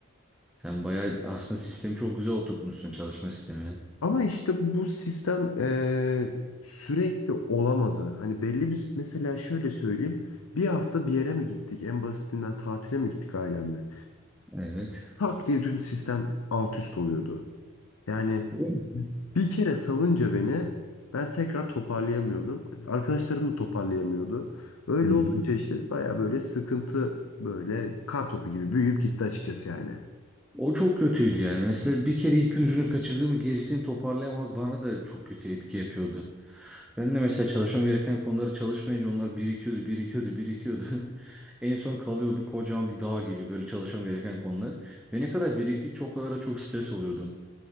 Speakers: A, in the centre; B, on the left.
A: Sen bayağı aslında sistemi çok güzel oturtmuşsun çalışma sistemini.
B: Ama işte bu sistem eee, sürekli olamadı. Hani belli bir mesela şöyle söyleyeyim. Bir hafta bir yere mi gittik? En basitinden tatile mi gittik ailemle?
A: Evet.
B: Tak diye tüm sistem alt üst oluyordu. Yani
A: Öyle mi?
B: bir kere salınca beni ben tekrar toparlayamıyordum. Arkadaşlarım da toparlayamıyordu. Öyle
A: Hı hı.
B: olunca işte baya böyle sıkıntı böyle kar topu gibi büyüyüp gitti açıkçası yani.
A: O çok kötüydü yani. Mesela bir kere ipin ucunu kaçırdı mı gerisini toparlayamamak bana da çok kötü etki yapıyordu. Ben de mesela çalışmam gereken konuları çalışmayınca onlar birikiyordu, birikiyordu, birikiyordu. <laughs> En son kalıyordu kocaman bir dağ gibi böyle çalışmam gereken konular. Ve ne kadar biriktikçe o kadar da çok stres oluyordum.